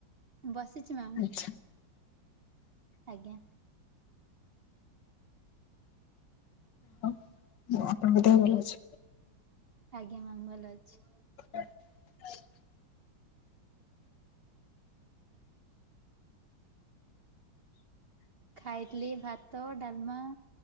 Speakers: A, on the right; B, on the left.
A: ବସିଛି ମ୍ୟାମ୍
B: ଆଚ୍ଛା।
A: ଆଜ୍ଞା।
B: ଆଉ ମୁଁ ଆପଣଙ୍କ ଦେହ ଭଲ ଅଛି?
A: ଆଜ୍ଞା ମ୍ୟାାମ ଭଲ ଅଛି।
B: <inaudible>
A: ଖାଇଥିଲି ଭାତ ଡାଲମା।